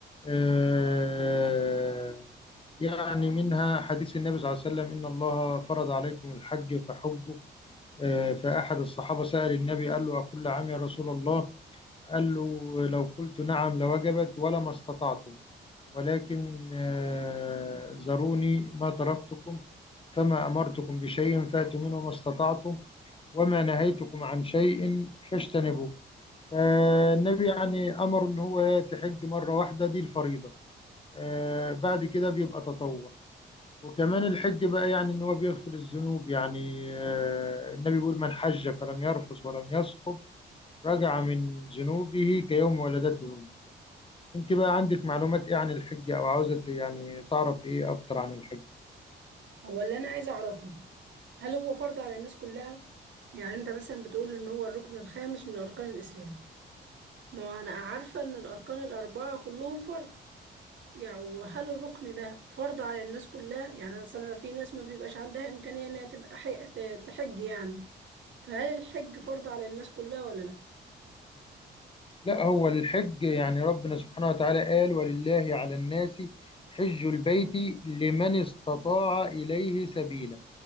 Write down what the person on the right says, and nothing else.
هو اللي انا عايزه اعرفه هل هو فرض على الناس كلها يعني انت مثلا بتقول ان هو الركن الخامس من اركان الاسلام ما هو انا عارفه ان الاركان الاربعه كلهم فرض يعني وهل الركن ده فرض على الناس كلها يعني مثلا في ناس ما بيبقاش عندها إمكانية إنها تبقى حي... ت- تحج يعني فهل الحج فرض على الناس كلها ولا لأ؟